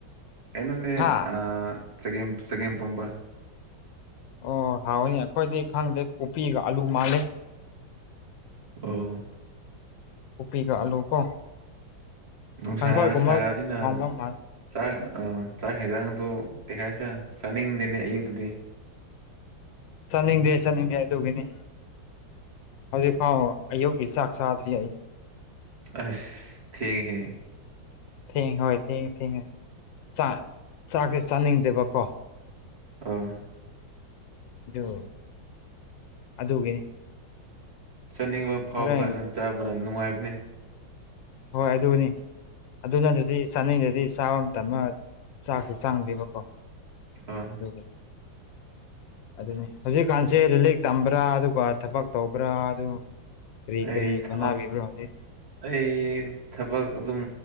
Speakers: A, on the right; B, on the left.
A: ꯀꯩꯅꯅꯦ
B: ꯍꯥ
A: ꯑꯥ ꯆꯒꯦꯝ ꯆꯒꯦꯝ ꯄꯣꯝꯕ
B: ꯑꯣ ꯍꯥꯎꯋꯦ ꯑꯩꯈꯣꯏꯗꯤ ꯈꯪꯗꯦ ꯀꯣꯄꯤꯒ ꯑꯂꯨ ꯃꯥꯜꯂꯦ
A: ꯑꯣ
B: ꯎꯄꯤꯒ ꯑꯂꯨ ꯀꯣ
A: ꯅꯨꯡꯁꯥ
B: ꯀꯥꯡꯁꯣꯏꯒꯨꯝꯕ
A: ꯁꯥꯗꯤꯅ
B: ꯊꯣꯡꯕ ꯃꯥꯜꯂꯦ
A: ꯆꯥꯛ ꯑ ꯆꯥꯛ ꯍꯦꯟꯖꯥꯡꯗꯣ ꯀꯩꯍꯥꯏꯁꯤꯌꯥ ꯆꯥꯅꯤꯡꯗꯦꯅꯦ ꯑꯌꯨꯛꯇꯗꯤ
B: ꯆꯥꯅꯤꯡꯗꯦ ꯆꯥꯅꯤꯡꯗꯦ ꯑꯗꯨꯒꯤꯅꯤ ꯍꯧꯖꯤꯛꯐꯥꯎ ꯑꯌꯨꯛꯀꯤ ꯆꯥꯛ ꯆꯥꯗ꯭ꯔꯤ ꯑꯩ
A: ꯑꯁ ꯊꯦꯡꯉ ꯍꯦ
B: ꯊꯦꯡ ꯍꯣꯏ ꯊꯦꯡꯉꯦ ꯊꯦꯡꯉꯦ ꯆꯥꯛ ꯆꯥꯛꯁꯦ ꯆꯥꯅꯤꯡꯗꯦꯕꯀꯣ
A: ꯑꯥ
B: ꯗꯨ ꯑꯗꯨꯒꯤ
A: ꯆꯥꯅꯤꯡꯕ ꯐꯥꯎꯕ
B: ꯍꯣꯔꯦꯟ
A: ꯀꯥꯟꯗ ꯆꯥꯕꯅ ꯅꯨꯡꯉꯥꯏꯕꯅꯤ
B: ꯍꯣꯏ ꯑꯗꯨꯅꯤ ꯑꯗꯨꯅ ꯑꯗꯨꯗꯤ ꯆꯥꯅꯤꯡꯗꯗꯤ ꯆꯥꯕ ꯃꯇꯝ ꯑꯃ ꯆꯥꯛꯁꯤ ꯆꯪꯗꯦꯕꯀꯣ
A: ꯑꯥ
B: <unintelligible> ꯑꯗꯨꯅꯤ ꯍꯧꯖꯤꯛꯀꯥꯟꯁꯦ ꯂꯤꯔꯤꯂꯤꯛ ꯇꯝꯕ꯭ꯔꯥ ꯑꯗꯨꯒ ꯊꯕꯛ ꯇꯧꯕ꯭ꯔꯥ ꯑꯗꯨ ꯀꯔꯤ
A: ꯑꯩ
B: ꯀꯔꯤ
A: ꯊꯕꯛ
B: ꯍꯣꯠꯅꯕꯤꯕ꯭ꯔꯣ ꯍꯧꯖꯤꯛ
A: ꯑꯩ ꯊꯕꯛ ꯑꯗꯨꯝ